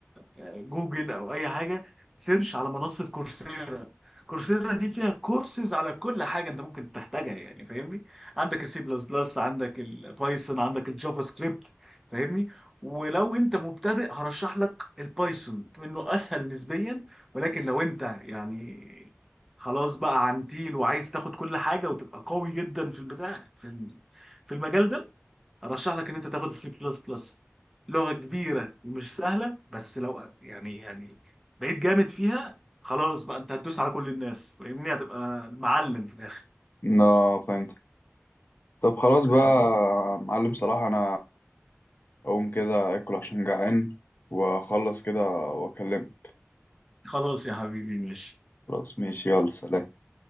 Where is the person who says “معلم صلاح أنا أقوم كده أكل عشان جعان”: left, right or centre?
Left